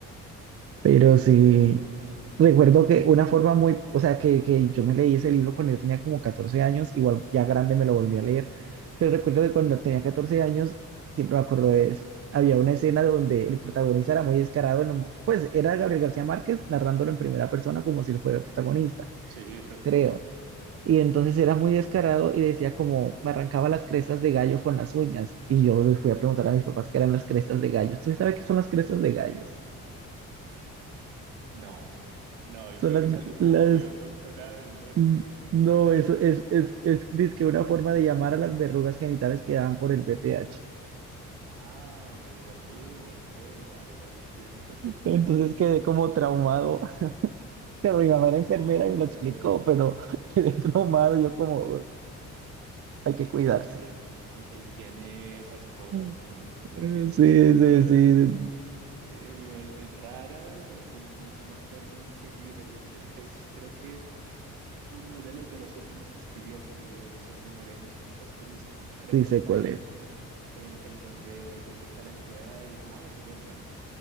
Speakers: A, on the right; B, on the right.
A: sí, el-
B: Pero
A: el-
B: sí,
A: no me acuerdo.
B: Recuerdo que una forma muy, o sea, que, que yo me leí ese libro cuando yo tenía como 14 años, igual ya grande me lo volví a leer, pero recuerdo que cuando tenía 14 años, siempre me acuerdo de eso. Había una escena donde el protagonista era muy descarado, no- pues era Gabriel García Márquez narrándolo en primera persona como si él fuera el protagonista,
A: Sí, totalmente.
B: creo. Y entonces era muy descarado y decía como me arrancaba las crestas de gallo con las uñas. Y yo le fui a preguntar a mis papás qué eran las crestas de gallos. ¿Tú sabes qué son las crestas de gallos?
A: No, no, yo
B: Son
A: creo
B: las,
A: que es algo como
B: las
A: muy autóctona del norte
B: N-
A: y no
B: No,
A: tengo la
B: eso
A: <laughs> menor
B: es,
A: idea.
B: es, es, dizque una forma de llamar a las verrugas genitales que dan por el BPH.
A: Ah, mira tú, ok, vale, ya lo entiendo. <laughs>
B: Entonces quedé como traumado. Pero mi mamá era enfermera
A: No,
B: y me lo explicó,
A: pero
B: pero <laughs> quedé traumado. Yo como, hay que cuidarse.
A: él tiene, él tiene esas cosas,
B: Mm.
A: ¿no? Pues él
B: Eh,
A: tiene
B: Sí,
A: esas cosas
B: sí, sí.
A: eh, eh, raras. eh, Yo no, no me acuerdo en qué libro. eh, Es, es creo que uno de los de los últimos que escribió, que es eh, Memoria de mis putas tristes. Creo
B: Sí
A: que
B: sé
A: está
B: cuál
A: ahí,
B: es.
A: en, en donde creo que está la empleada y demás. Y bueno, él